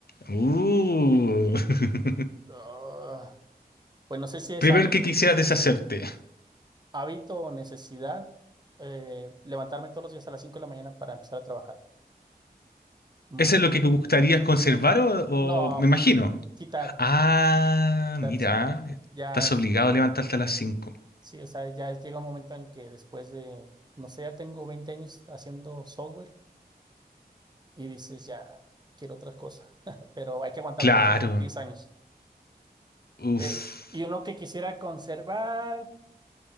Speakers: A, on the left; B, on the right.
A: Uh, <laughs>
B: ah, pues no sé si es
A: primero
B: hábil.
A: el que quisieras deshacerte.
B: hábito o necesidad eh, levantarme todos los días a las 5 de la mañana para empezar a trabajar. Mm,
A: ¿Eso es lo que gustarías conservar o,
B: no,
A: o- me imagino?
B: quitar,
A: Ah,
B: quitar,
A: mira,
B: sí. Ya,
A: estás
B: es-
A: obligado a levantarte a las 5.
B: sí, o sea, ya es- llega un momento en que después de, no sé, ya tengo 20 años haciendo software y dices, ya quiero otras cosas, <laughs> pero hay que aguantar
A: Claro.
B: otros 10 10 años.
A: Uf.
B: Eh, y uno que quisiera conservar,